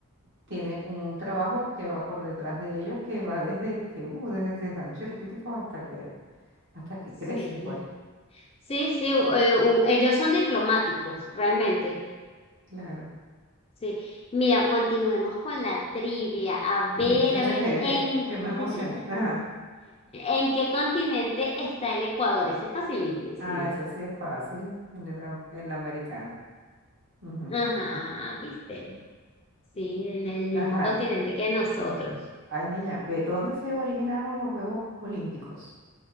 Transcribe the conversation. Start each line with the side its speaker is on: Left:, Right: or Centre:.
Right: tiene un trabajo que va por detrás de ellos, que va desde que, uh, desde que están chiquiticos hasta que, hasta que
Left: sí.
Right: crecen, pues.
Left: Sí, sí, eh, u- ellos son diplomáticos, realmente.
Right: Claro.
Left: Sí. Mira, continuemos con la trivia. A ver,
Right: Sí, muchacha,
Left: a ver,
Right: que,
Left: en,
Right: que, que me
Left: <laughs>
Right: emocioné. Ajá.
Left: ¿en qué continente está el Ecuador? Ese es facilitísima.
Right: Ah, eso sí es fácil en el, am- en el americano. Ujú.
Left: Ajá, ¿viste? Sí, en el mismo
Right: Ajá.
Left: continente que nosotros.
Right: Ay, niña, ve, ¿dónde se originaron los Juegos Olímpicos?